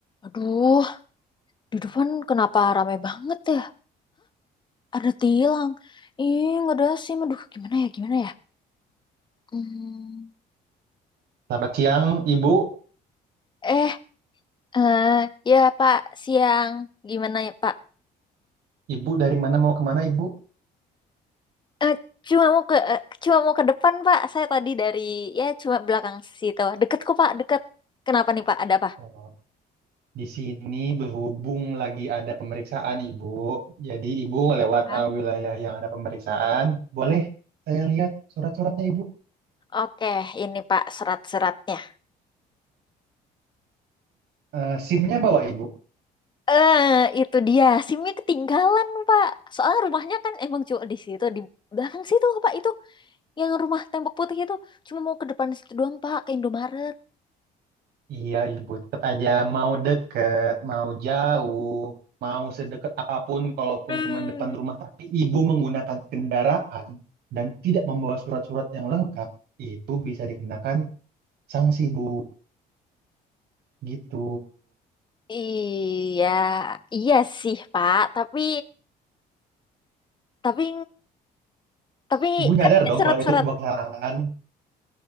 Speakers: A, on the left; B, on the right.
A: Aduh, di depan kenapa ramai banget ya? Ada tilang. Ih, nggak ada SIM. Aduh, gimana ya, gimana ya? Hmm.
B: Selamat siang, Ibu.
A: Eh, eh, ya Pak, siang. Gimana ya Pak?
B: Ibu dari mana mau kemana, Ibu?
A: Eh, cuma mau ke, eh, cuma mau ke depan Pak. Saya tadi dari, ya cuma belakang situ. Deket kok Pak, deket. Kenapa nih Pak? Ada apa?
B: Oh, Di sini berhubung lagi ada pemeriksaan, Ibu. Jadi, Ibu lewat
A: Hah?
B: eh, wilayah yang ada pemeriksaan. Boleh saya lihat surat-suratnya, Ibu?
A: Oke, ini Pak surat-suratnya.
B: Eh, SIM-nya bawa, Ibu?
A: Eh, itu dia. SIM-nya ketinggalan Pak. Soalnya rumahnya kan emang cuma di situ, di belakang situ Pak itu. yang rumah tembok putih itu cuma mau ke depan situ doang Pak ke Indomaret
B: Iya, Ibu. Tetap aja mau deket, mau jauh, mau sedekat apapun, kalaupun
A: Hmm.
B: cuma depan rumah, tapi Ibu menggunakan kendaraan dan tidak membawa surat-surat yang lengkap, itu bisa dikenakan sanksi, Bu. Gitu.
A: Iya, iya sih Pak. Tapi, tapi, tapi
B: Ibu nyadar
A: kan ini
B: dong
A: surat-surat.
B: kalau itu sebuah kesalahan.